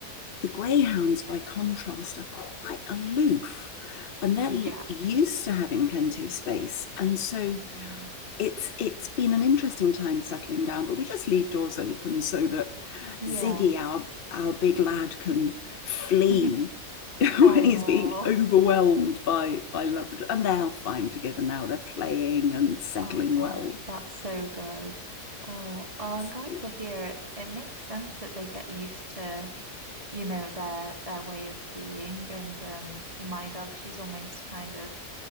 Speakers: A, on the left; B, on the right.
A: The greyhounds, by contrast, are quite aloof and they're
B: Yeah.
A: used to having plenty of space. And so
B: Mm.
A: it's it's been an interesting time settling down, but we just leave doors open so that
B: Yeah.
A: Ziggy, our our big lad, can flee
B: <laughs>
A: <laughs>
B: Oh,
A: when he's being overwhelmed by by Labrador. And they're fine together now. They're playing and settling
B: oh gosh,
A: well.
B: that's so good. Oh, well, I'm
A: It's
B: glad
A: it,
B: to hear it. It makes sense that they get used to, you know, their their way of being. And um, my dog, she's almost kind of